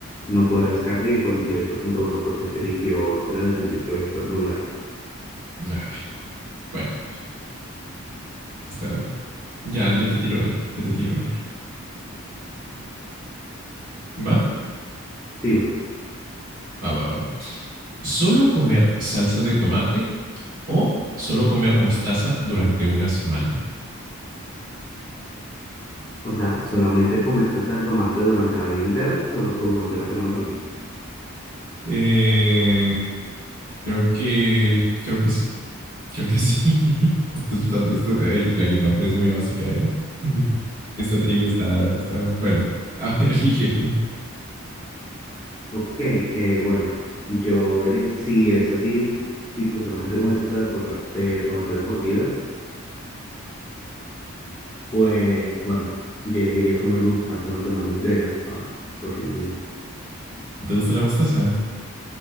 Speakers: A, on the left; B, on the right.
A: no poder rascarse, y el cuarenta y ocho punto uno por ciento eligió la de sentir que va a estornudar.
B: Nah, bueno, está bien. Ya, ya te tiro una, ya te tiro una. ¿Va?
A: Sí, va
B: Va, va, va. ¿Solo comer salsa de tomate o solo comer mostaza durante una semana?
A: O sea, solamente comer salsa de tomate durante la vida entera solo- o durante una semana también.
B: Eh, creo que, creo que sí, creo que sí. <laughs> Esta, esta- esta- ey, la que encontré es muy básica, ¿eh? <laughs> Esta trivia está, está, bueno, a ver, <laughs> elige.
A: Ok, eh, bueno, yo, ele- si es así, tipo solamente comer salsa de, por la- de tomate de por vida, pues bueno, yo elegiría comer mostaza una semana entera. Ah, horrible.
B: ¿No te gusta la mostaza?